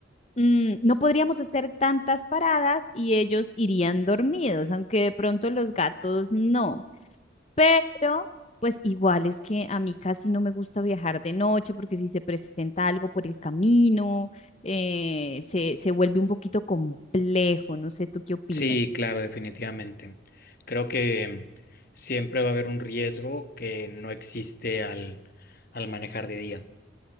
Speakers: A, on the left (about 35°); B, on the left (about 50°).
A: mm, no podríamos hacer tantas paradas y ellos irían dormidos, aunque de pronto los gatos no. Pero, pues igual es que a mí casi no me gusta viajar de noche porque si se presenta algo por el camino, eh, se, se vuelve un poquito complejo, no sé, ¿tú qué opinas?
B: Sí, claro, definitivamente. Creo que em, siempre va a haber un riesgo que no existe al, al manejar de día.